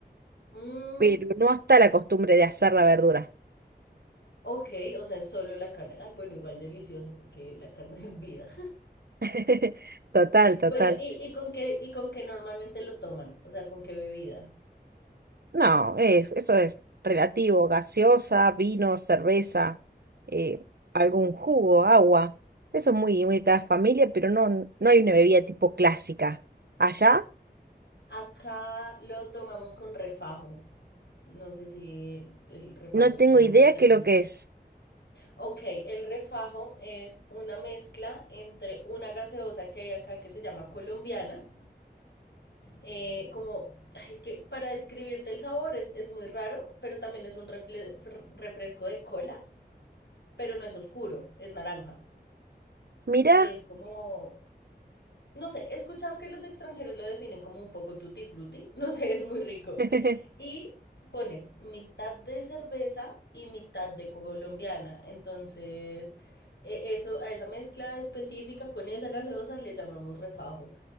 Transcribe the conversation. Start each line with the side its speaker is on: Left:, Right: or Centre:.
Left: Mm,
Right: Pero no está la costumbre de asar la verdura.
Left: ok, o sea, es solo la carne. Ay, bueno, igual delicioso porque la carne <laughs> es vida.
Right: <laughs> Total, total.
Left: Bueno, ¿y, y con qué, y con qué normalmente lo toman? O sea, ¿con qué bebida?
Right: No, es- eso es relativo. Gaseosa, vino, cerveza, eh, algún jugo, agua. Eso es muy, muy de cada familia, pero no, no hay una bebida tipo clásica. Allá
Left: Acá lo tomamos con refajo. No sé si el, el refajo
Right: no
Left: es
Right: tengo
Left: como
Right: idea
Left: un término.
Right: qué es lo
Left: inter-
Right: que es.
Left: Ok, el refajo es una mezcla entre una gaseosa que hay acá que se llama colombiana. eh, como, ay, es que para describirte el sabor es, es muy raro, pero también es un refle- fr- refresco de cola, pero no es oscuro, es naranja.
Right: Mirá,
Left: Y es como, no sé, he escuchado que los extranjeros lo definen como un poco tutti frutti, no sé, es muy rico.
Right: <laughs>
Left: Y pones mitad de cerveza y mitad de colombiana, entonces e- eso a esa mezcla específica con esa gaseosa le llamamos refajo